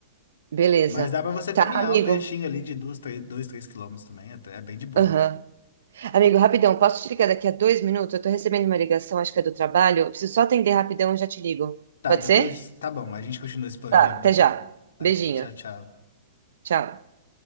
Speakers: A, on the right; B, on the left.
A: Beleza.
B: Mas dá pra você
A: Tá,
B: caminhar
A: amigo.
B: um trechinho ali de duas, três, dois, três quilômetros também. É, é bem de boa.
A: Aham. Amigo, rapidão, posso te ligar daqui a dois minutos? Eu tô recebendo uma ligação, acho que é do trabalho. Eu preciso só atender rapidão e já te ligo.
B: Tá,
A: Pode
B: depois.
A: ser?
B: Tá bom, a gente continua esse planejamento
A: Tá, até já.
B: aí. Até.
A: Beijinho.
B: Tchau, tchau.
A: Tchau.